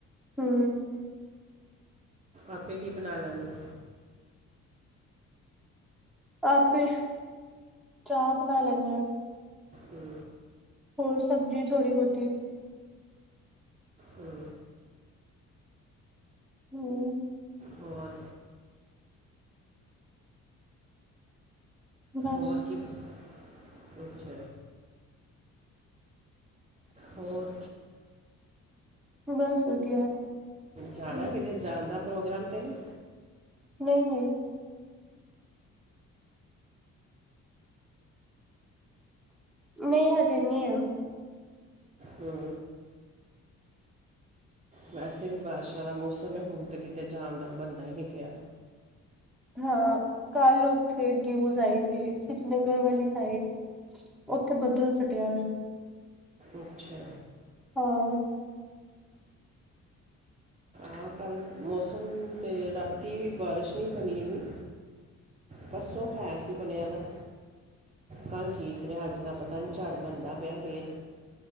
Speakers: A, in the centre; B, on the right.
A: ਹੂੰ
B: ਆਪੇ ਕੀ ਬਣਾ ਲੈਂਦੇ ਓ?
A: ਆਪੇ, ਚਾਹ ਬਣਾ ਲੈਂਨੇ ਆਂ।
B: ਹੂੰ
A: ਹੋਰ ਸਬਜ਼ੀ ਥੋੜ੍ਹੀ ਬੋਤੀ।
B: ਹੂੰ।
A: ਹੂੰ
B: ਹੋਰ।
A: ਬਸ
B: ਹੋਰ ਕਿਪਸ ਕੁਛ। ਹੋਰ
A: ਬਸ ਵਧੀਆ
B: ਜਾਣਾ
A: ਹੂੰ
B: ਕਿਤੇ, ਜਾਣ ਦਾ ਪ੍ਰੋਗਰਾਮ ਤੇ ਨਈ
A: ਨਈ ਨਈ ਨਈ, ਹਜੇ ਨਈ ਹੈ
B: ਹੂ ਵੈਸੇ ਵੀ ਬਾਰਿਸ਼ਾਂ ਦਾ ਮੌਸਮ ਹੈ, ਹੁਣ ਤਾਂ ਕਿਤੇ ਜਾਣ ਦਾ ਬਣਦਾ ਹੀ ਨਈ ਪਯਾ
A: ਹਾਂ ਕੱਲ ਓਥੇ ਨੀਊਜ਼ ਆਈ ਸੀ, ਸ੍ਰੀਨਗਰ ਵਾਲੀ ਸਾਈਡ ਓਥੇ ਬੱਦਲ ਫਟਿਆ ਵੇ
B: ਅੱਛਾ
A: ਹਾਂ
B: ਹਾਂ ਕਲ ਮੌਸਮ ਤੇ ਰਾਤੀ ਵੀ ਬਾਰਿਸ਼ ਨਈ ਬਣੀ ਏਨੀ ਪਰਸੋਂ ਹੈ ਸੀ ਬਣਿਆ ਦਾ ਕੱਲ ਠੀਕ ਰਿਹਾ, ਅੱਜ ਦਾ ਪਤਾ ਨਹੀਂ, ਝੜ ਬਣਦਾ ਪਿਆ ਫੇਰ